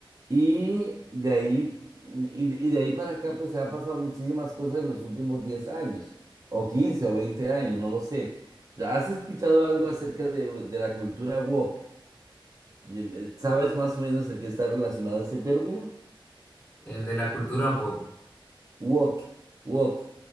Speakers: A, on the right; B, on the left.
A: Y de ahí, y, y de ahí para acá, pues se han pasado muchísimas cosas en los últimos 10 años, o 15 o 20 años, no lo sé. ¿Has escuchado algo acerca de, de la cultura woke? Dime, ¿Sabes más o menos a qué está relacionado ese término?
B: el de la cultura pop.
A: Woke, woke.